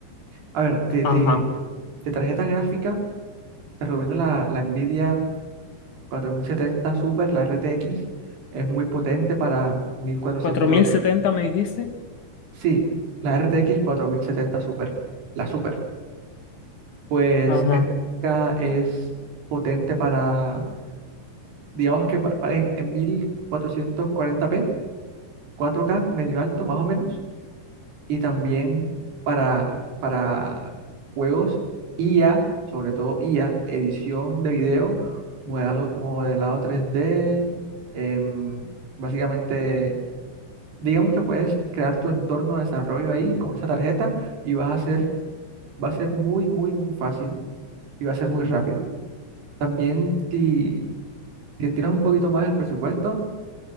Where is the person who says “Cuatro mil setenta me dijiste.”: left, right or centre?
Left